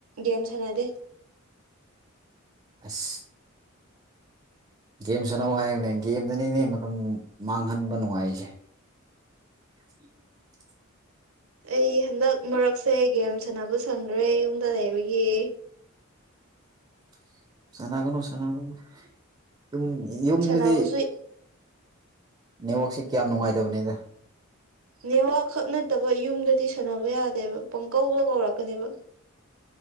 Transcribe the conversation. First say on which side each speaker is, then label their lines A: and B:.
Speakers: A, on the right; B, on the right.
A: ꯦꯝ ꯁꯅꯥꯗꯦ
B: ꯑꯁ ꯒꯦꯝ ꯁꯠꯅꯧ ꯍꯥꯏꯕꯅꯦ ꯒꯦꯝꯗꯅꯤꯅꯦ ꯃꯇꯝ ꯃꯥꯡꯍꯟꯕ ꯅꯨꯡꯉꯥꯏꯁꯦ <unintelligible>
A: ꯑꯩ ꯍꯟꯗꯛ ꯃꯔꯛꯁꯦ ꯒꯦꯝ ꯁꯥꯟꯅꯕ ꯁꯪꯈ꯭ꯔꯦ ꯌꯨꯝꯗ ꯂꯩꯕꯒꯤ
B: <unintelligible> ꯁꯥꯟꯅꯒꯅꯨ ꯁꯅꯥꯒꯅꯨ ꯌꯨꯝ ꯌꯨꯝꯗꯗꯤ
A: ꯁꯥꯟꯅꯕꯁꯨ
B: ꯅꯤꯉꯣꯛꯁꯤꯦ ꯀꯌꯥꯝ ꯅꯨꯡꯉꯥꯏꯇꯕꯅꯤꯗ
A: ꯅꯦꯋꯥ ꯈꯛ ꯅꯠꯇꯕ ꯌꯨꯝꯗꯗꯤ ꯁꯥꯟꯅꯕ ꯌꯥꯗꯦꯕ ꯄꯪꯀꯧꯗ ꯀꯧꯔꯛꯀꯅꯦꯕ